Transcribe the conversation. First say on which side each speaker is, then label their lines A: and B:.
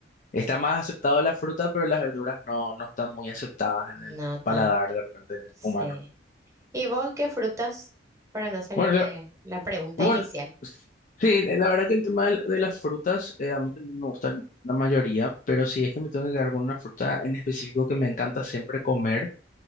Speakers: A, on the left; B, on the right.
A: está más aceptado la fruta, pero las verduras no, no están muy aceptadas en
B: no
A: el
B: tanto,
A: paladar de repente
B: sí.
A: humano.
B: ¿Y vos qué frutas? Para no salir
A: Bueno, la-
B: de la pregunta
A: bueno,
B: inicial.
A: sí, eh, la verdad que el tema de, la- de las frutas eh, a mí también me gustan la mayoría, pero si es que me tengo que quedar con una fruta en específico que me encanta siempre comer,